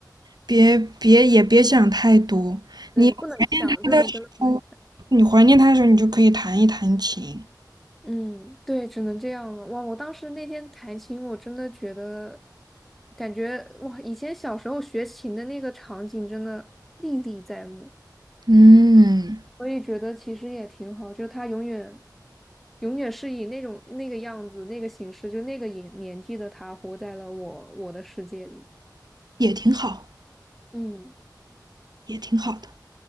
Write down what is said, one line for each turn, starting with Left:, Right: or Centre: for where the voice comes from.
Right: 别别也别想太多。
Centre: 对，
Right: 你怀念他的时候，
Centre: 不能想，这种真的不能想。
Right: 你怀念他的时候，你就可以弹一弹琴，
Centre: 嗯，对，只能这样了。哇，我当时那天弹琴，我真的觉得，感觉哇，以前小时候学琴的那个场景真的历历在目。
Right: 嗯，
Centre: 我也觉得其实也挺好，就是他永远永远是以那种那个样子、那个形式，就那个年年纪的他，活在了我我的世界里。
Right: 也挺好，
Centre: 嗯，
Right: 也挺好的。